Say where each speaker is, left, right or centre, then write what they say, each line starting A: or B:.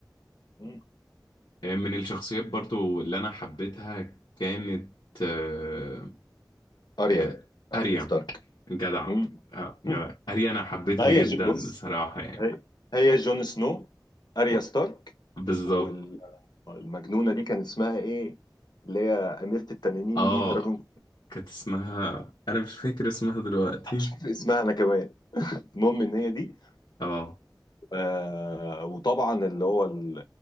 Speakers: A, on the left (about 65°); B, on the left (about 85°).
A: مم.
B: آه من الشخصيات برضو اللي انا حبيتها كانت آه
A: اريا
B: آه
A: اريا
B: اريا
A: ستارك
B: جدع
A: مم.
B: آه
A: <laughs>
B: جدع
A: مم.
B: اريا انا حبيتها
A: ما هي
B: جدا
A: جو... بص
B: بصراحة يعني
A: هي هي جون سنو اريا
B: و-
A: ستارك
B: بالظبط
A: والمجنونه دي كان اسمها ايه اللي هي اميره التنانين
B: اه
A: دي دراجون
B: كانت اسمها انا مش فاكر اسمها دلوقتي
A: <laughs> اسمها انا كمان المهم ان هي دي
B: اه
A: آه وطبعا اللي هو ال-